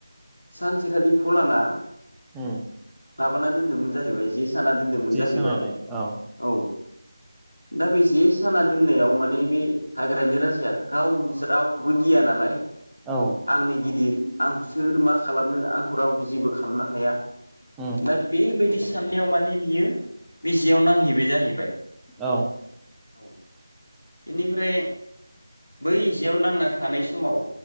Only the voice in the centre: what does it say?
हुम
सानानै औ
औ
उम
औ